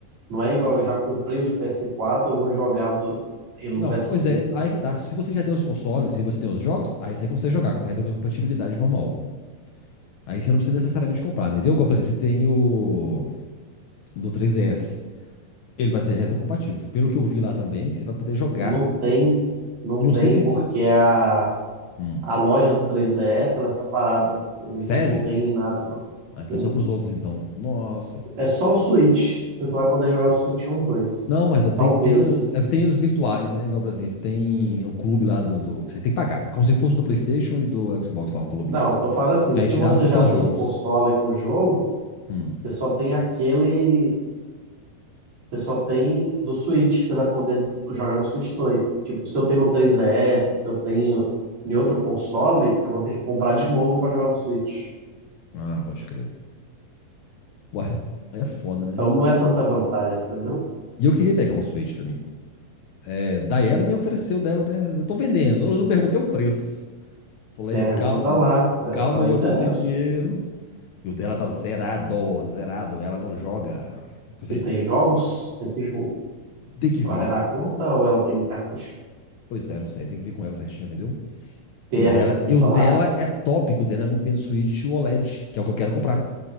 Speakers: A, on the right; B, on the left.
A: Não é igual, eu já comprei o de PS4, eu vou jogar o do... ele no
B: Não,
A: PS5.
B: pois é, aí que tá. Se você já tem os consoles e você tem os jogos, aí você consegue jogar com retrocompatibilidade normal. Aí você não precisa necessariamente comprar, entendeu? Igual, por exemplo, você tem o do 3DS. Ele vai ser retrocompatível. Pelo que eu vi lá também, você vai poder jogar.
A: Não tem, não
B: Não
A: tem,
B: sei se.
A: porque a,
B: Hum,
A: a loja do 3DS ela é separada. Não
B: sério?
A: tem nada, não. Sim.
B: Ah, então é só pros outros, então. Nossa.
A: É só o Switch. Você só vai poder jogar o Switch um e dois,
B: Não, mas
A: Talvez.
B: tem, tem, é que tem eles virtuais, né? Igual, por exemplo, tem um clube lá do, do. Você tem que pagar. É como se fosse do PlayStation e do Xbox lá, um clube.
A: Não, tô falando assim,
B: E
A: se
B: aí te
A: você
B: dá acesso
A: já
B: aos
A: tem
B: jogos.
A: o console com o jogo,
B: Hum.
A: você só tem aquele, você só tem do Switch que você vai poder jogar no Switch dois. Tipo, se eu tenho no 3DS, se eu tenho em outro console, eu vou ter que comprar de novo para jogar no Switch.
B: Ah, pode crer. Ué, aí é foda, né?
A: Então não é tanta vantagem, entendeu?
B: E eu queria pegar um Switch pra mim. É, daí ela me ofereceu dela, né? Eu tô vendendo, eu não perguntei o preço. Falei,
A: Pergunta
B: calma,
A: lá, é,
B: calma,
A: também
B: eu
A: interessa.
B: tô sem dinheiro. E o dela tá zerado, zerado, ela não joga. Quer dizer,
A: E tem jogos? Tem que jogo.
B: tem que ver.
A: Ela vai dar conta ou ela tem cartucho?
B: Pois é, não sei, tem que ver com ela certinho, entendeu?
A: Pergunta
B: E o dela, e o dela
A: lá.
B: é top, o dela é o Nintendo Switch OLED, que é o que eu quero comprar.